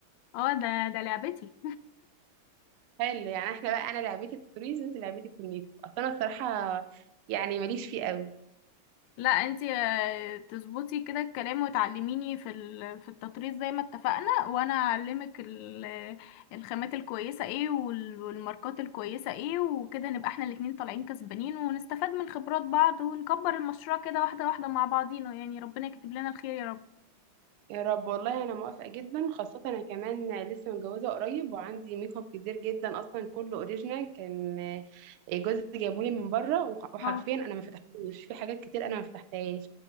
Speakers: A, on the left (about 75°); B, on the right (about 85°).
A: اه ده ده لعبتي
B: حلو يعني احنا بقى انا لعبتي التوريز وانت لعبتي الكوميدي اصل انا الصراحه يعني ماليش فيه قوي
A: لا انتي آه، تظبطي كده الكلام وتعلميني في ال- في التطريز زي ما اتفقنا وانا اعلمك ال- الخامات الكويسه ايه وال- والماركات الكويسه ايه وكده نبقى احنا الاتنين طالعين كسبانين ونستفاد من خبرات بعض ونكبر المشروع كده واحده واحده مع بعضينا يعني ربنا يكتب لنا الخير يا رب
B: يا رب والله انا موافقه جدا خاصه انا كمان لسه متجوزه قريب وعندي ميك اب كتير جدا اصلا كله اوريجينال كان جوزي جابولي من بره وح- وحرفيا
A: اه
B: انا ما فتحتوش في حاجات كتير انا ما فتحتهاش